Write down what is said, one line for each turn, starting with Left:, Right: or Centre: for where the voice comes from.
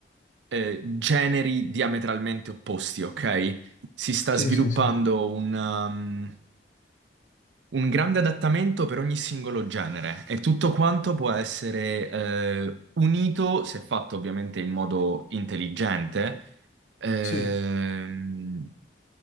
Right: eh, generi diametralmente opposti, ok? Si sta
Left: sì,
Right: sviluppando
Left: sì, sì.
Right: un, um, un grande adattamento per ogni singolo genere e tutto quanto può essere eh, unito, se fatto ovviamente in modo intelligente, ehm,
Left: Sì,